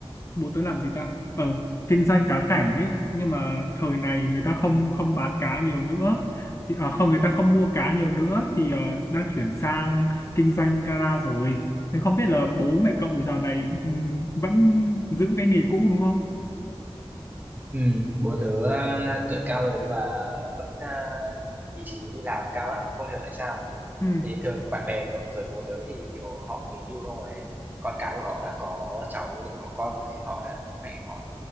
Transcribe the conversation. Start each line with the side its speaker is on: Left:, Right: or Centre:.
Left: bố tớ làm gì ta? Ờ, kinh doanh cá cảnh ấy, nhưng mà thời này người ta không không bán cá nhiều nữa. Thì ờ, không người ta không mua cá nhiều nữa thì ờ, đang chuyển sang kinh doanh gara rồi. Thế không biết là bố mẹ cậu dạo này ừm, vẫn giữ cái nghề cũ đúng không?
Right: Ừ, bố tớ, a, tuổi cao rồi nhưng mà vẫn, a, ý chí đi làm cao lắm, không hiểu tại sao.
Left: Ừ,
Right: Thì thường bạn bè của tuổi bố tớ thì, kiểu, họ nghỉ hưu không rồi con cái của họ đã có cháu, có con rồi ấy, họ đã bố mẹ họ